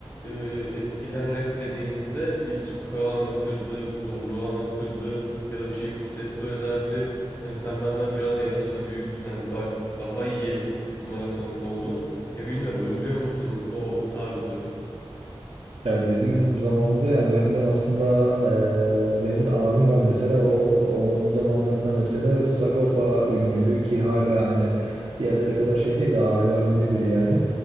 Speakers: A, on the left (about 20°); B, on the right (about 70°).
A: e, eskiden rap dediğimizde bir sokağı anlatırdı, zorluğu anlatırdı ya da bir şeyi protesto ederdi. Hani sen benden biraz yaşça da büyüksün hani daha daha iyi bunlara tanık oldun. Ya bilmiyorum özlüyor musun o tarzı?
B: Ya bizim zamanımızda yani benden aslında eee, benim de abim var mesela o onun zamanlarında mesela Sagopa ünlüydü ki hala hani diğerleri kadar şey değil de hala ünlü biri yani.